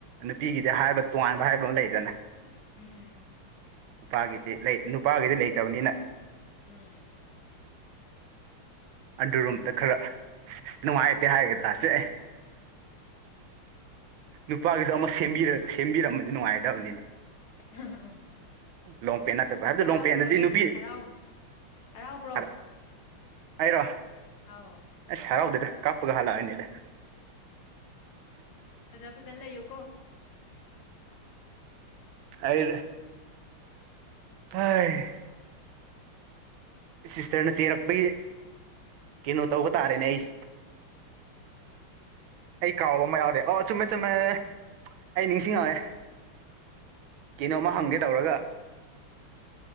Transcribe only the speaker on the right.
ꯅꯨꯄꯤꯒꯤꯗꯤ ꯍꯥꯏꯕ ꯇꯣꯉꯥꯟꯕ ꯍꯥꯏꯕ ꯃ ꯂꯩꯗꯅ
ꯅꯨꯄꯥꯒꯤꯗꯤ ꯂꯩ ꯅꯨꯄꯥꯒꯤꯗꯤ ꯂꯩꯇꯕꯅꯤꯅ
ꯑꯗꯨꯔꯨꯝꯗ ꯈꯔ ꯅꯨꯡꯉꯥꯏꯇꯦ ꯍꯥꯏꯒꯗ꯭ꯔꯥ ꯁꯦ ꯅꯨꯄꯥꯒꯤꯁꯨ ꯑꯃ ꯁꯦꯝꯕꯤꯔꯝ ꯁꯦꯝꯕꯤꯔꯝꯃꯗꯤ ꯅꯨꯡꯉꯥꯏꯗꯕꯅꯤꯅꯦ
ꯂꯣꯡ ꯄꯦꯟ ꯅꯠꯇꯕ ꯍꯥꯏꯕꯗꯤ
ꯂꯣꯡ ꯄꯦꯟꯗꯨꯗꯤ
ꯅꯨꯄꯤ
ꯔ ꯑꯩꯔꯣ
ꯑꯁ ꯍꯔꯥꯎꯗꯦꯗ ꯀꯥꯞꯄꯒ ꯍꯜꯂꯛꯑꯅꯤꯗ
ꯑꯩꯔꯦ ꯑꯥꯢ ꯁꯤꯁꯇꯔꯅ ꯆꯦꯔꯛꯄꯒꯤ ꯀꯩꯅꯣ ꯇꯧꯕ ꯇꯥꯔꯦꯅꯦ ꯑꯩꯁꯦ ꯑꯩ ꯀꯥꯎꯕ ꯑꯃ ꯌꯥꯎꯔꯦ ꯑꯣ ꯆꯨꯝꯃꯦ ꯆꯨꯝꯃꯦ ꯑꯩ ꯅꯤꯡꯁꯤꯡꯉꯑꯦ ꯀꯩꯅꯣꯃ ꯍꯪꯒꯦ ꯇꯧꯔꯒ